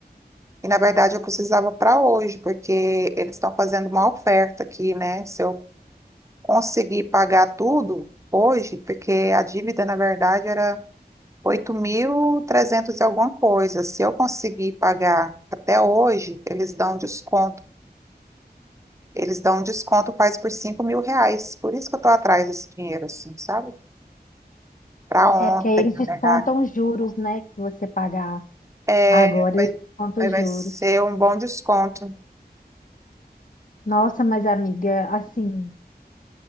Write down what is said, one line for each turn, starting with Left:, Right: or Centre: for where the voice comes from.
Right: E, na verdade, eu precisava para hoje, porque eles estão fazendo uma oferta aqui, né? Se eu consegui pagar tudo hoje, porque a dívida, na verdade, era 8.300 e trezentos e alguma coisa. Se eu conseguir pagar até hoje, eles dão desconto. Eles dão desconto, faz por cinco mil reais. Por isso que eu estou atrás desse dinheiro, assim, sabe? Para ontem,
Left: É porque aí eles
Right: na
Left: descontam
Right: verdade.
Left: os juros, né? Que você pagar
Right: É,
Left: agora,
Right: vai,
Left: eles descontam
Right: aí
Left: os
Right: vai
Left: juros.
Right: ser um bom desconto.
Left: Nossa, mas amiga, assim,